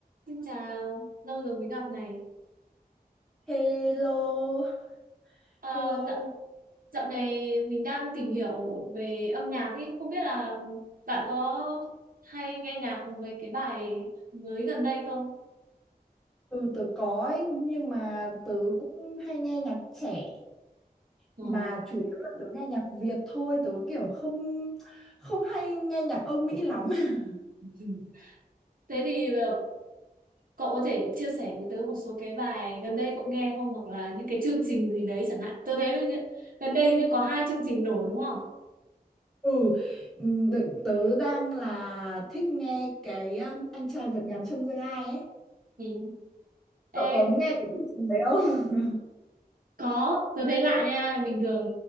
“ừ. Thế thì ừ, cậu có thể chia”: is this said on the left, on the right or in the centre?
Right